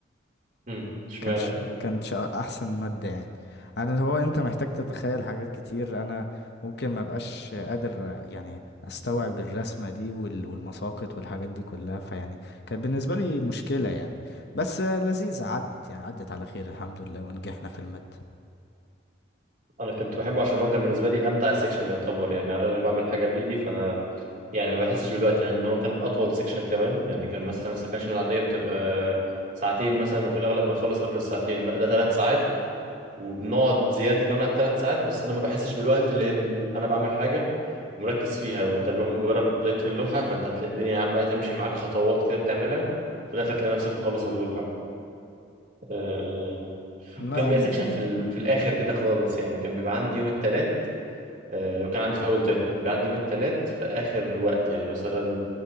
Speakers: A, on the right (about 45°); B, on the left (about 55°).
A: امم اشمعنى
B: كانتش
A: يعني
B: كانتش احسن مادة يعني انا اللي هو انت محتاج تتخيل حاجات كتير انا ممكن ما بقاش قادر يعني استوعب الرسمة دي وال- والمساقط والحاجات دي كلها فيعني كانت بالنسبة لي مشكلة يعني بس لذيذة عدت يعني عدت على خير الحمد لله ونجحنا في المادة
A: انا كنت بحبه عشان هو كان بالنسبه لي امتع سيكشن يعتبر يعني انا اللي بعمل حاجه بايدي فانا يعني ما بحسش بالوقت يعني ان هو كان اطول سيكشن كمان يعني كان مثلا السكاشن العاديه بتبقى ساعتين مثلا وفي الاغلب بنخلص قبل الساعتين لا ده ثلاث ساعات وبنقعد زياده كمان على الثلاث ساعات بس انا ما بحسش بالوقت لان انا بعمل حاجه ومركز فيها وانت اللي هو مجرد ما ابتديت في اللوحه فانت هتلاقي الدنيا عماله تمشي معاك خطوات كده بتعملها في الاخر تلاقي نفسك مخلص اللوحه آه،
B: لا
A: وكان بيبقى
B: أنا
A: سكشن في ال... في الاخر كده خالص يعني كان بيبقى عندي يوم الثلاث آه وكان عندي في اول ترم كان بيبقى عندي يوم الثلاث في اخر وقت يعني مثلا